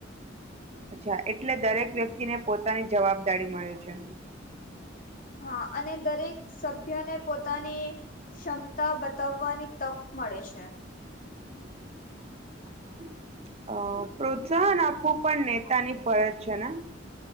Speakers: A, on the right; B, on the left.
A: અચ્છા એટલે દરેક વ્યક્તિ ને પોતાની જવાબદારી મળે છે.
B: હા અને દરેક સભ્યને પોતાની ક્ષમતા બતાવવાની તક મળે છે.
A: <inaudible> અ પ્રોત્સાહન આપવું પણ નેતાની ફરજ છે ને?